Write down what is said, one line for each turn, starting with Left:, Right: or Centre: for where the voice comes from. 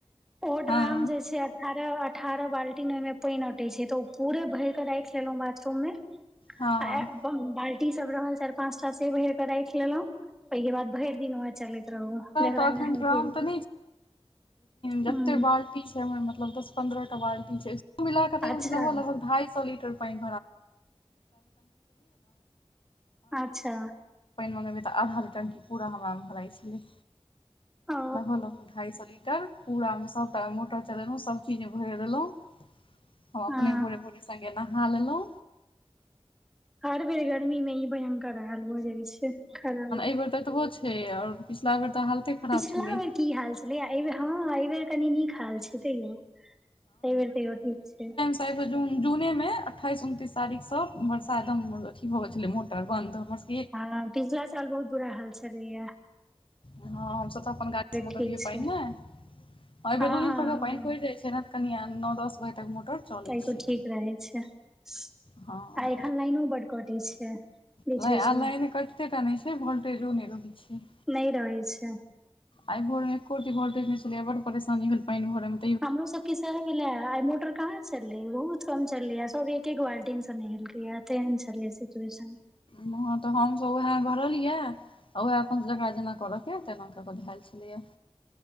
Centre: ओ
Left: हँ
Centre: ड्राम जे छै अठारह अठारह बाल्टीिन ओहिमे पानि अटे छै तऽ ओ पूरे भर के राखि लेलहुँ बाथरूम में
Left: हँ
Centre: आ ब बाल्टी सब रहल चार पांच टा से भरि के राख लेलहुं ओहिके बाद भरि दिन चलैत रहू जकरा
Left: ल <unintelligible> तीस
Centre: नहायके
Left: में मतलब
Centre: ह
Left: दस पन्द्रहटा बाल्टी छय कुल मिलाकर तयो
Centre: अच्छा
Left: लगभग लगभग ढाई सौ लीटर <unintelligible> पानि
Centre: अच्छा
Left: मँंगेबै तऽ आधा लीटर क पूरा हमरामे भराइ छलै
Centre: ओ
Left: नह न ढाइ स लिटर पूरा में सबटा मे मोटर चलेलों सब चीज मे भोरे देलों हम अपने
Centre: हँ
Left: भोरे भोरे सगे नहा ललो
Centre: हर बेर गर्मी मे ई भयंकर हाल भ‌ए जाइ छै खराब
Left: करत तऽ बहुत छै छै आओर पिछिला बेर तऽ हालते खराब
Centre: पिछिला
Left: छलै
Centre: बेर की हाल छलै है एहि बेर कनी नीक हाल छै तैयौ एहि बेर तयो ठीक छै
Left: सब जून जूनेमे अठ्ठाइस उनतीस तारीखसँ बरसात हम अथी भऽ गेल छलै मोटर बन्द हमर सब
Centre: हँ पिछला साल बहुत बुरा हाल छलैय
Left: हँ हमस तऽ अपन गाड़ी से मगबियै
Centre: ठीक छै
Left: पानि नेर
Centre: हँ
Left: दू
Centre: हँ
Left: दिन पर
Centre: हँ
Left: पानि पड़ि जाइ छै ने कनि नओ दस बजे तक मोटर चलै
Centre: त एकको
Left: छै
Centre: ठीक रहै छै आ
Left: हँ
Centre: एखन लाइनो बड कटे छै बीच
Left: लाइन
Centre: बीच
Left: आ
Centre: मे
Left: लाइन कटतो टा नहि छै भोल्टेजो नहि रहै छै
Centre: नहि रहै छै
Left: आइ भोरमे एकोरति भोलटेज नहि छलैया बड परेशानी भेल पानि भर‌ए में
Centre: हमरो सबके सह भेल है आइ मोटर कहाँ चल रहेै बहुत कम चललै सब एक एक बाल्टीिन से नहल गा तेहन चलै सिचुएशन
Left: वहँ तऽ हमसभ उएह भरल यै आ ओहै अपन काज जेकरा जेना कर के तेना क हेल छलियै